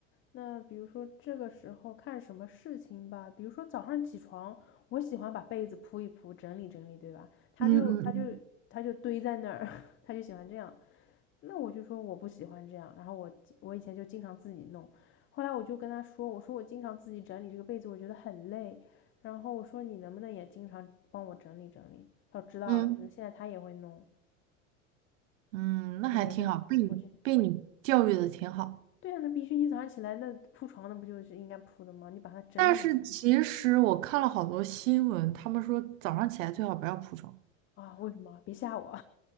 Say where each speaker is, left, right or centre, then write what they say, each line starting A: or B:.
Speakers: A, on the left; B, on the right.
A: 那比如说这个时候看什么事情吧，比如说早上起床，我喜欢把被子铺一铺，整理整理，对吧？他就他就他就堆在那儿，
B: 嗯嗯
A: <laughs> 他就喜欢这样。那我就说我不喜欢这样，然后我我以前就经常自己弄，后来我就跟他说，我说我经常自己整理这个被子，我觉得很累。然后我说你能不能也经常帮我整理整理？他说知道了，
B: 嗯，
A: 可能现在他也会弄，
B: 嗯嗯，
A: 我就没那么，
B: 那还挺好，被你被你教育的挺好。
A: 我就对啊，那必须你早上起来那铺床那不就是应该铺的吗？你把它整理
B: 但是其实我看了好多新闻，他们说早上起来最好不要铺床，
A: 啊，为什么？别吓我！